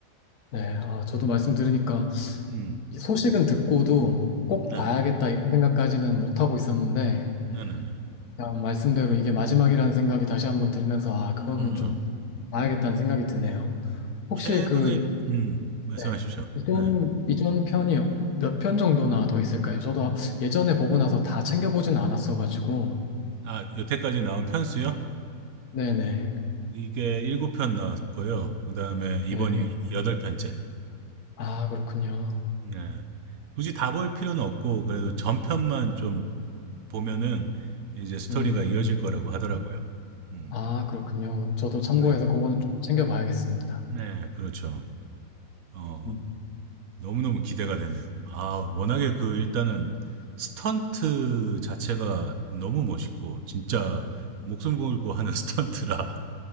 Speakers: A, on the left (about 60°); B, on the right (about 60°).
A: 네. 아, 저도 말씀
B: 음,
A: 들으니까
B: 음,
A: 이 소식은 듣고도 꼭
B: 네,
A: 봐야겠다 이런 생각까지는 못 하고 있었는데
B: 네네네.
A: 그냥 말씀대로 이게 마지막이라는 생각이 다시 한번 들면서 아, 그거는
B: 음, 음,
A: 좀
B: 음.
A: 봐야겠다는 생각이 드네요. 혹시
B: 최근에,
A: 그
B: 음, 말씀하십시오.
A: 네. 이전
B: 네.
A: 이전 편이 몇 편 정도나 더 있을까요? 저도 예전에 보고 나서 다 챙겨보진 않았어가지고.
B: 아, 여태까지 나온 편수요?
A: 네네.
B: 이게 7편 나왔고요. 그 다음에 이번이
A: 네.
B: 8편째.
A: 아, 그렇군요.
B: 네. 굳이 다 볼 필요는 없고, 그래도 전편만 좀 보면은 이제 스토리가
A: 음.
B: 이어질 거라고 하더라고요. 음,
A: 아, 그렇군요. 그럼 저도 참고해서
B: 네,
A: 그거는 좀 챙겨봐야겠습니다.
B: 네, 그렇죠. 어,
A: 음.
B: 너무너무 기대가 되네요. 아, 워낙에 그 일단은 스턴트 자체가 너무 멋있고 진짜 목숨 걸고 하는 <laughs> 스턴트라